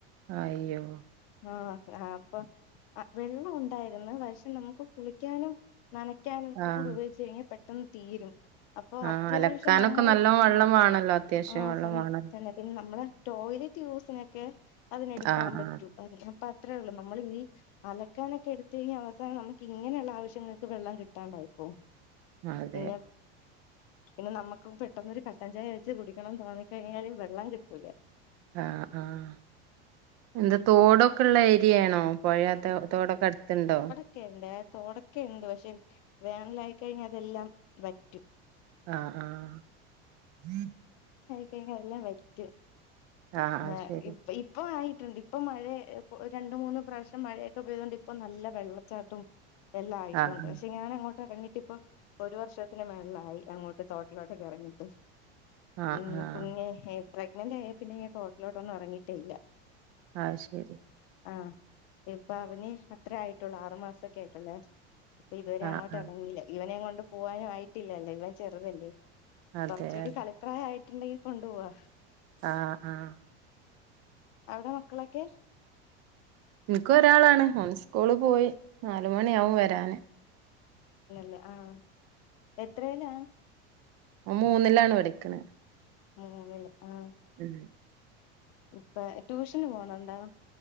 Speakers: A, on the right; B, on the left.
A: അയയ്യോ
B: ആഹ് ആ അപ്പൊ വെള്ളം ഉണ്ടായിന്ന് പക്ഷെ നമുക്ക് കുളിക്കാനും നനയ്ക്കാനും ഒക്കെ
A: ആഹ്
B: കൂടി ഉപയോഗിച്ച് കഴിഞ്ഞാൽ പെട്ടെന്ന് തീരും അപ്പൊ
A: ആഹ്
B: അത്യാവശ്യം
A: അലക്കാനൊക്കെ
B: നമ്മളെ
A: നല്ലോ വെള്ളം
B: ആ
A: വേണല്ലോ അത്യാവശ്യം
B: ആവശ്യത്തിന്
A: വെള്ളം വേണല്ലോ
B: പിന്നെ നമ്മളെ ടോയ്ലറ്റ് യൂസിനൊക്കെ അതിനെടുക്കാൻ
A: ആഹ്
B: പറ്റൂ അതി അപ്പ അത്രേ ഉള്ളൂ നമ്മൾ ഈ അലക്കാനൊക്കെ എടുത്ത് കഴിഞ്ഞാൽ അവസാനം നമുക്ക് ഇങ്ങനെയുള്ള ആവശ്യങ്ങൾക്ക് വെള്ളം കിട്ടാണ്ട ആയി പോകും.
A: ആഹ് അതെ
B: പിന്നെ പിന്നെ നമുക്ക് പെട്ടെന്നൊരു കട്ടൻ ചായ വെച്ച് കുടിക്കണംന്ന് തോന്നി കഴിഞ്ഞാല് വെള്ളം കിട്ടൂല.
A: ആഹ് ആഹ് എന്താ തോടൊക്കെള്ള ഏരിയാണോ. പൊഴ തോടെക്കെ അടുത്തുണ്ടോ.
B: തോട് ഒക്കെണ്ട് തോടൊക്കെണ്ട് പക്ഷെ വേനലായിക്കഴിഞ്ഞാ അതെല്ലാം വറ്റും.
A: ആഹ് ആഹ്
B: പ്പയ്നെല്ലാം വറ്റും.
A: ആഹ് അത്
B: ഏഹ്
A: ശരി
B: ഇപ്പൊ ഇപ്പ ആയിട്ടുണ്ട് ഇപ്പൊ മഴയ രണ്ട് മൂന്ന് പ്രാവശ്യം മഴയൊക്കെ പെയ്തതൊണ്ട് ഇപ്പൊ നല്ല വെള്ളച്ചാട്ടം. എല്ലാം ആയിട്ടുണ്ട്.
A: ആഹ്
B: പക്ഷെ ഞാൻ അങ്ങോട്ട് വൈട്ട.. ഇപ്പൊ ഒരു വർഷത്തിന് മേളിലായി അങ്ങോട്ട് തോട്ടിലോട്ട ക എറങ്ങിട്ട്.
A: ആഹ്
B: ഉ
A: ആഹ്
B: കുഞ് പ്രഗ്നന്റ് ആയ പിന്നെങ്ങ തൊട്ട്ലോട്ട്ന്നും എറങ്ങീയിട്ടല്ല.
A: ആഹ് ശരി
B: ആഹ് ഇപ്പ അവന് അത്ര ആയിട്ടുള്ളൂ ആറു മാസംക്കെ ആയിട്ടുള്ളേ. അപ്പൊ ഇതുവരെ
A: ആഹ്
B: അങ്ങോട്ടറങ്ങില്ല.
A: ആഹ്
B: ഇവനങ്ങോണ്ട് പോവാനും ആയിട്ടില്ലല്ലോ ഇവൻ ചെറുതല്ലേ.
A: അതെ
B: കുറചൂടി
A: അതെ
B: കളിപ്രായയിട്ടുണ്ടെങ്കിൽ കൊണ്ടുപോവാ.
A: ആഹ് ആഹ്
B: അവിടെ മക്കളൊക്കെ
A: ഇൻക്ക് ഒരാളാണ്. ഓൻ സ്കൂള് പോയി നാല മണിആവും വരാന്.
B: അല്ലല്ലേ ആഹ് എത്രലാ.
A: ഓ മൂന്നിലാണ് പടിക്കണത്.
B: മൂന്നില് ആഹ്
A: ഉം
B: ഇപ്പ ട്യൂഷന് പോണണ്ടോ